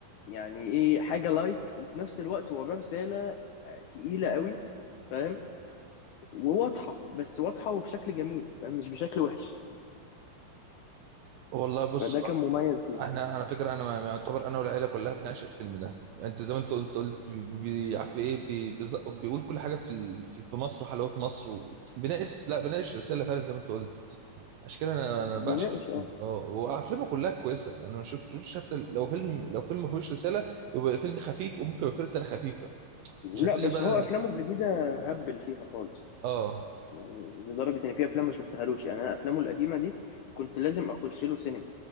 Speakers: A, on the left; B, on the right.
A: يعني إيه حاجة لايت وفي نفس الوقت وراه رسالة آه، تقيلة قوي فاهم وواضحة بس واضحة وبشكل جميل فاهم مش بشكل وحش
B: والله بص
A: فده كان مميز فيه
B: احنا على فكره انا يعتبر انا والعيله كلها بنعشق الفيلم ده انت زي ما انت قلت قلت بي- بي- عارف ايه بي- بيز- بيقول كل حاجه في ال- في في مصر وحلاوه مصر و- بيناقش لا بيناقش رساله فعلا زي ما انت قلت عشان كده انا
A: بيناقش
B: انا بعشق الفيلم
A: اه
B: اه وافلامه كلها كويسه انا ما شفتوش حتى لو فيلم لو فيلم ما فيهوش رساله يبقى فيلم خفيف وممكن يبقى فيه رساله خفيفه مش هتلاقي
A: لا بس
B: بقى
A: هو أفلامه الجديدة هبل فيها خالص
B: اه
A: يعني لدرجة إن في أفلام ما شفتهالوش يعني أنا أفلامه القديمة دي كنت لازم أخش له سينما